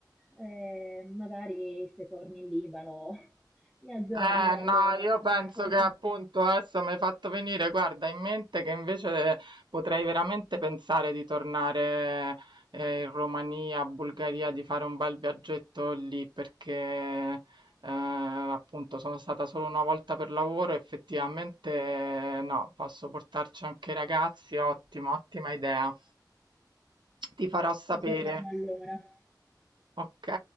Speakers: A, in the centre; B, on the right.
A: Eh, magari se torni in Libano <laughs> mi aggiorni
B: Eh, no,
A: allora,
B: io penso
A: mi racconti
B: che appunto
A: un po'.
B: adesso mi hai fatto venire, guarda, in mente che invece potrei veramente pensare di tornare eh, in Romania, Bulgaria, di fare un bel viaggetto lì perché eh, appunto sono stata solo una volta per lavoro, effettivamente eh, no, posso portarci anche i ragazzi, ottima, ottima idea. Ti farò sapere,
A: Ci aggiorniamo allora.
B: ok?